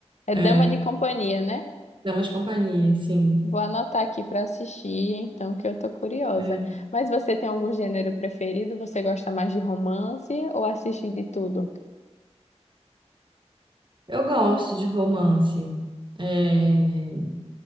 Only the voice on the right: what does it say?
É.
Dama de companhia, sim.
É.
Eu gosto de romance. É,